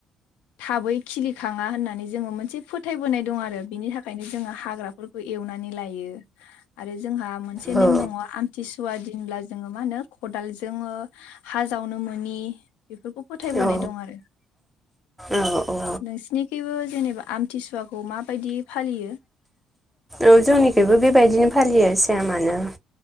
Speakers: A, on the left; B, in the centre.
A: थाबै खिलिखाङा होननानै जोङो मोनसे फोथायबोनाय दं आरो बिनि थाखायनो जोङो हाग्रा फोरखौ एवनानै लायो आरो जोंहा मोनसे
B: औ
A: नेम दङ आमथिसुवा दिनब्ला जोङो मा होनो खदाल जोङो हा जावनो मोनि बेफोरखौ फोथायबोनाय
B: औ
A: दं आरो
B: औ
A: नोंसिनिखिबो जेनेबा आमथिसुवाखौ माबायदि फालियो?
B: औ जोंनिखिबो बेबायदिनो फालियो सेमानो।